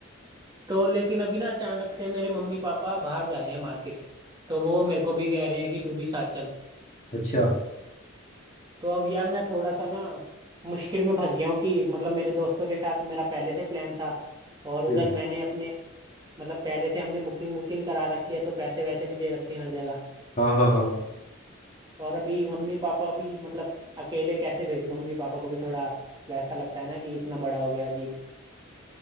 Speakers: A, on the right; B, on the left.
A: तो लेकिन अभी ना अचानक से मेरे मम्मी पापा बाहर जा रहे हैं मार्केट तो वो मेरे को भी कह रहे हैं कि तू भी साथ चल
B: अच्छा
A: तो अब यार मैं थोड़ा सा ना मुश्किल में फंस गया हूँ कि मतलब मेरे दोस्तों के साथ मेरा पहले से प्लान था और उधर
B: हम्म,
A: मैंने अपने मतलब पहले से हमने बुकिंग वुकिंग करा रखी है तो पैसे वैसे भी दे रखे हैं हर जगह
B: हाँ हाँ हाँ
A: और अभी मम्मी पापा भी मतलब अकेले कैसे भेजूं मम्मी पापा को भी थोड़ा वैसा लगता है ना कि इतना बड़ा हो गया अजीब